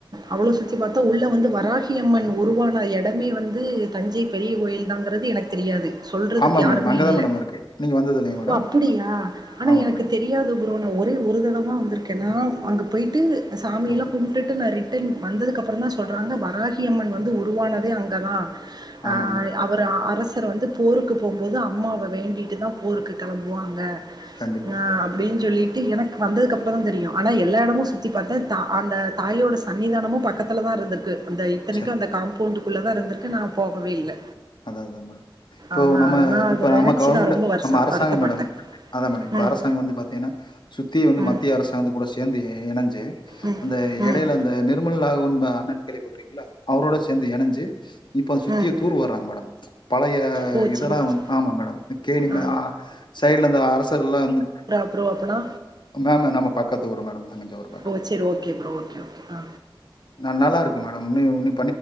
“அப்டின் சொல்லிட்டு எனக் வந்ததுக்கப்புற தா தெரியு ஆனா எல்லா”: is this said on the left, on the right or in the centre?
Right